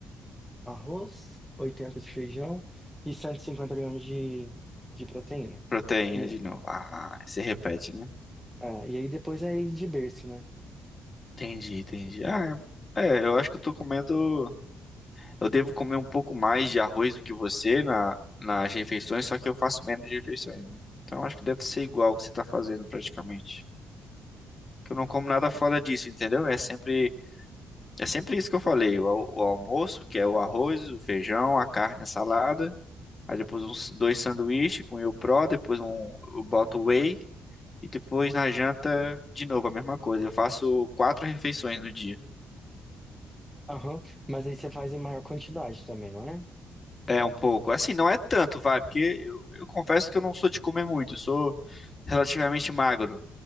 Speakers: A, in the centre; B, on the left (about 30°).
A: arroz, 80 de feijão e 150 gramas de, de proteína.
B: Proteína
A: E,
B: de novo. Ah, você repete, né?
A: é, e aí depois é ir de berço, né?
B: Entendi, entendi. Ah, é, é, eu acho que eu tô comendo. Eu devo comer um pouco mais de arroz do que você na, nas refeições, só que eu faço menos refeições, né? Então eu acho que deve ser igual o que você tá fazendo praticamente. Que eu não como nada fora disso, entendeu? É sempre, é sempre isso que eu falei. O, al- o almoço, que é o arroz, o feijão, a carne, a salada. Aí depois uns dois sanduíches com Whey Pro, depois um, eu boto whey e depois na janta de novo a mesma coisa. Eu faço quatro refeições no dia.
A: Aham, Mas aí você faz em maior quantidade também, não é?
B: É um pouco. Assim, não é tanto, vai, porque eu, eu confesso que eu não sou de comer muito, eu sou relativamente magro.